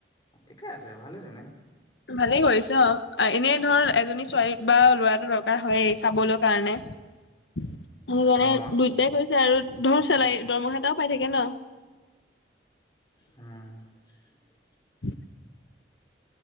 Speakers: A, on the left; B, on the left.
A: ঠিকে আছে ভালে তেনে।
B: ভালেই কৰিছ অ'। এনেই ধৰ এজনী ছোৱালী বা ল'ৰা এটা দৰকাৰ হয়েই চাবলৈ কাৰণে। সেইকাৰনে
A: অ
B: দুইটাই কৰিছে আৰু ধৰ চেলাৰি দৰমহা এটাও পাই থাকে ন'।
A: উম। <inaudible>
B: <inaudible>